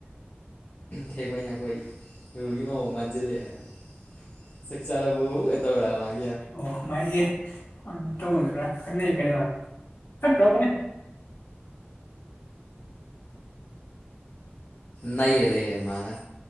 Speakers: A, on the left; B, on the left.
A: ꯊꯦꯛꯀꯣꯏ ꯅꯥꯈꯣꯏ ꯔꯨꯒꯤ ꯃꯑꯣꯡ ꯃꯥꯟꯁꯤꯜꯂꯛꯑꯦꯅ ꯆꯥꯛ ꯆꯥꯔꯕꫭꯒ ꯇꯧꯔꯥ <unintelligible>
B: ꯑꯣ ꯃꯥꯏ ꯑꯦ ꯇ ꯈꯔꯅꯤꯠꯇꯔꯒꯅꯤ
A: ꯅꯩꯔ ꯂꯩꯔꯦ ꯃꯥꯅ